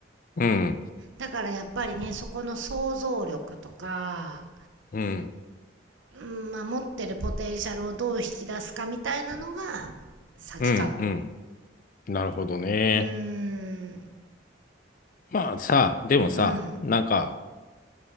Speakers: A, on the left; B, on the right.
A: うん、
B: だからやっぱりね、そこの想像力とか、
A: うん、
B: うん、まあ、持ってるポテンシャルをどう引き出すかみたいなのが先かも。
A: うん、うん。なるほどね。
B: うーん、
A: まあさ、でもさ、
B: うん、
A: なんか、